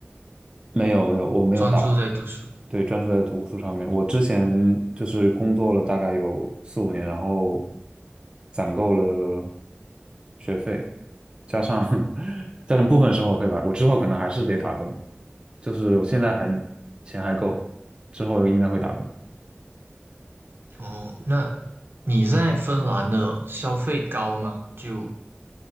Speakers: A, on the right (about 25°); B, on the right (about 60°).
A: 没有没有，我没有打，
B: 专注在读书？
A: 对，专注在读书上面。我之前就是工作了大概有四五年，然后攒够了学费，加上 <laughs> 加上部分生活费吧，我之后可能还是得打工。就是我现在还钱还够，之后应该会打工。
B: 哦，那你在芬兰的消费高吗？就